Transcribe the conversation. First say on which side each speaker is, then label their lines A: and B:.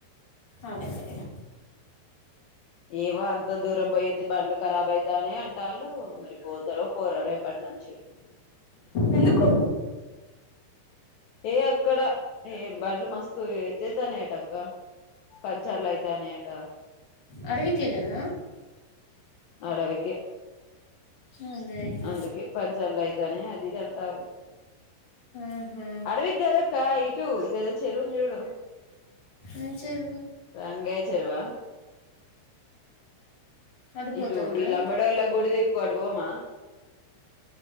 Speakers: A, on the left (about 35°); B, on the left (about 70°).
A: అడగలేయ.
B: ఏమో అంత దూరం పోయోస్తే బండ్లు ఖరాబ్ అయితాయి అంటాళ్ళు మరి పోతారో పోరో రేపు. పట్నంచే.
A: ఎందుకు.
B: ఇయక్. అక్కడ ఏంబండ్లు మస్తు అయితే ఎత్తేతాయాన్న యట అక్క పంచర్లు అయితయున్నయట.
A: అడవికేగదా.
B: అడవికే.
A: అదే ఇక
B: అందుకే పంచాయిత్లైతాన్నయి అది ఇది అంటాన్రు.
A: ఆహా
B: అడవికి గదాక్క ఇటు ఇదేదో చెరువుంది చూడు.
A: ఏం చేయరు
B: వెంగయ్య చెరువా.
A: అడిపోతానరా
B: ఇటు వీళ్ళా లంబడోళ్ళ గుడిదిక్కు అటు పోమా.